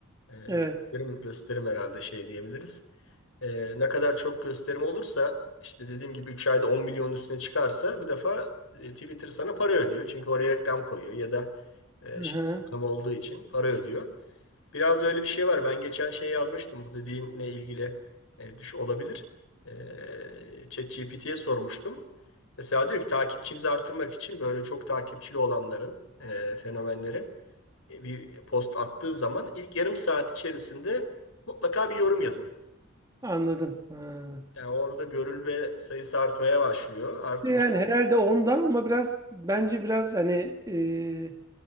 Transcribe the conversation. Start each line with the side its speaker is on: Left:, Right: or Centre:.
Left: e,
Right: Evet.
Left: gösterim, gösterim herhalde şey diyebiliriz. Ee, ne kadar çok gösterim olursa, işte dediğim gibi 3 ayda 10 milyonun üstüne çıkarsa bir defa e, Twitter sana para ödüyor. Çünkü oraya reklam koyuyor ya da e,
Right: Hı
Left: şey
Right: hı.
Left: reklam olduğu için para ödüyor. Biraz da öyle bir şey var. Ben geçen şey yazmıştım bu dediğinle ilgili e, düş olabilir. E, ChatGPT'ye sormuştum. Mesela diyor ki takipçinizi artırmak için böyle çok takipçili olanların, e, fenomenlerin e, bir post attığı zaman ilk yarım saat içerisinde mutlaka bir yorum yazın.
Right: Anladım. Ha.
Left: Yani orada görülme sayısı artmaya başlıyor. Artınca.
Right: İşte yani herhalde ondan ama biraz bence biraz hani e,